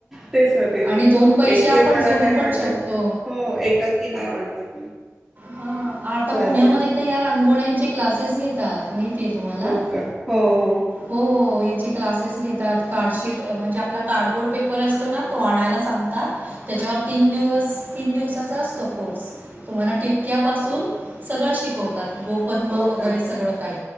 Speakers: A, in the centre; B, on the right (about 40°).
A: तेच ना तेच
B: आणि दोन पैशे
A: एकलेपणा
B: आपण जोडू
A: नाही
B: पण
A: वाटत
B: शकतो.
A: हो, एकाकी नाही वाटत.
B: हा, आता
A: चालेल
B: पुण्यामध्ये तर या रांगोळ्यांचे क्लासेस घेतात. माहिती आहे तुम्हाला?
A: हो का हो हो
B: हो, याचे क्लासेस घेतात. कार्डशीट म्हणजे, आपला कार्डबोर्ड पेपर असतो ना, तो आणायला सांगतात. त्याच्यावर तीन दिवस, तीन दिवसाचा असतो कोर्स तुम्हाला टिप- क्यापासून सगळं शिकवतात. गोपद्म
A: हो
B: वगैरे
A: का
B: सगळं काही.